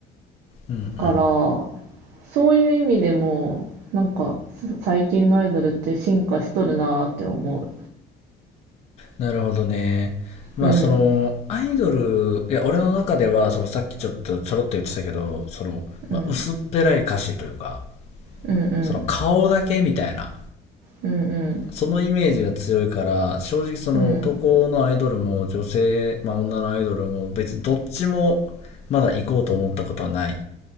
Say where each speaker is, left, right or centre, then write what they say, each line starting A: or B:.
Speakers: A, on the left (about 35°); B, on the right (about 70°).
A: うんうん。
B: から、そういう意味でも、なんか、す最近のアイドルって進化しとるなーって思う。
A: なるほどね。まあそのアイドルいや俺の中ではそのさっきちょっとちょろっと言ってたけどその、
B: うん、
A: まあ、
B: うん、
A: 薄っぺらい歌詞というか
B: うん、うん、
A: その顔だけみたいな
B: うん、
A: そのイメージが強いから正直その男のアイドルも女性、
B: うん、うん、
A: まあ、女のアイドルも別にどっちもまだ行こうと思ったことはない